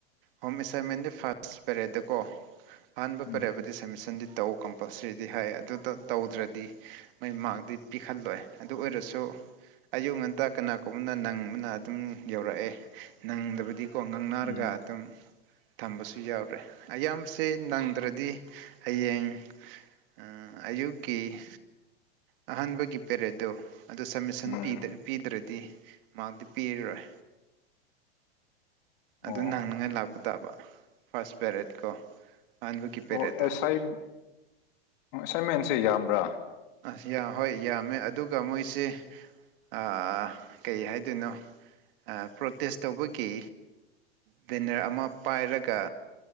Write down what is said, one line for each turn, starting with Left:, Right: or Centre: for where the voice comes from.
Right: ꯍꯣꯝ ꯑꯦꯁꯥꯏꯟꯃꯦꯟꯗꯤ ꯐꯥꯔꯁ ꯄꯦꯔꯦꯗꯀꯣ ꯑꯍꯥꯟꯕ
Left: ꯎꯝ
Right: ꯄꯔꯦꯕꯨꯗꯤ ꯁꯞꯃꯤꯁꯟꯗꯤ ꯇꯧ ꯀꯝ ꯄꯜꯁꯔꯤꯗꯤ ꯍꯥꯏ ꯑꯗꯨꯗ ꯇꯧꯗ꯭ꯔꯥꯗꯤ ꯅꯣꯏ ꯃꯥꯔꯛꯇꯤ ꯄꯤꯈꯜꯂꯣꯏ ꯑꯗꯨ ꯑꯣꯏꯔꯁꯨ ꯑꯌꯨꯛ ꯉꯟꯇꯥ ꯀꯅꯥꯒꯨꯝꯕꯅ ꯅꯪꯕꯅ ꯑꯗꯨꯝ ꯌꯧꯔꯛꯑꯦ ꯅꯪꯗꯕꯗꯤ ꯀꯣ ꯉꯥꯡꯅꯔꯒ
Left: ꯎꯝ
Right: ꯑꯗꯨꯝ ꯊꯝꯕꯁꯨ ꯌꯥꯎꯔꯦ ꯑꯌꯥꯝꯕꯁꯦ ꯅꯪꯗ꯭ꯔꯥꯗꯤ ꯍꯌꯦꯡ ꯑꯥ ꯑꯌꯨꯛꯒꯤ ꯑꯍꯥꯟꯕꯒꯤ ꯄꯦꯔꯦꯠꯗꯣ ꯑꯗꯨ ꯁꯥꯃꯤꯁꯟ
Left: ꯎꯝ
Right: ꯄꯤꯗ꯭ꯔꯦ ꯇ꯭ꯔꯥꯗꯤ ꯃꯔꯛꯗꯤ ꯄꯤꯔꯔꯣꯏ
Left: ꯑꯣ
Right: ꯑꯗꯨ ꯅꯪꯅꯉꯥꯏ ꯂꯥꯛꯄ ꯇꯥꯕ ꯐꯥꯔꯁ ꯄꯦꯔꯦꯠ ꯀꯣ ꯑꯍꯥꯟꯕꯒꯤ ꯄꯦꯔꯦꯠꯇꯣ
Left: ꯑꯣ ꯑꯦꯁꯥꯏ ꯑꯦꯁꯥꯏꯃꯦꯟꯁꯦ ꯌꯥꯝꯕ꯭ꯔꯥ
Right: ꯑꯁ ꯌꯥ ꯍꯣꯏ ꯌꯥꯝꯃꯦ ꯑꯗꯨꯒ ꯃꯣꯏꯁꯦ ꯑꯥ ꯀꯩ ꯍꯥꯏꯗꯣꯏꯅꯣ ꯑꯥ ꯄ꯭ꯔꯣꯇꯦꯁ ꯇꯧꯕꯒꯤ ꯚꯦꯟꯅꯔ ꯑꯃ ꯄꯥꯏꯔꯒ